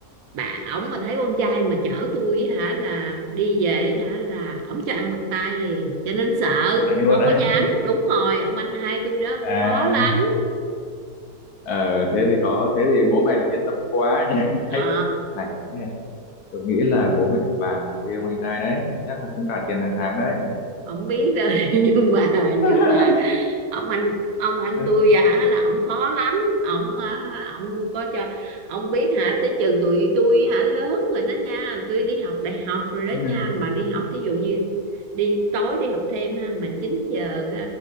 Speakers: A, on the right; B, on the left.
A: bà ổng mà thấy con trai mà chở tôi á hả là đi về hả là ổng cho ăn bạc tai liền cho nên sợ
B: đánh luôn
A: không
B: á
A: có dám đúng rồi ông anh hai tôi đó ông
B: à
A: khó lắm
B: Ờ, thế thì có thế thì bố mẹ lại yên tâm quá nhá <laughs>
A: ờ
B: hay này tôi nghĩ là bố mẹ bà là thuê ông anh trai đấy chắc là cũng trả tiền hàng tháng đấy
A: không biết rồi <laughs> nhưng mà
B: <laughs>
A: nhưng mà ông anh ông anh
B: Ừ.
A: tôi hả là ổng khó lắm ổng à, ổng có cho ông biết hả tới chừng tụi tôi hả lớn rồi đó nha tôi đi học đại học rồi đó
B: Ừ.
A: nha mà đi học thí dụ như đi tối đi học thêm ha mà 9 giờ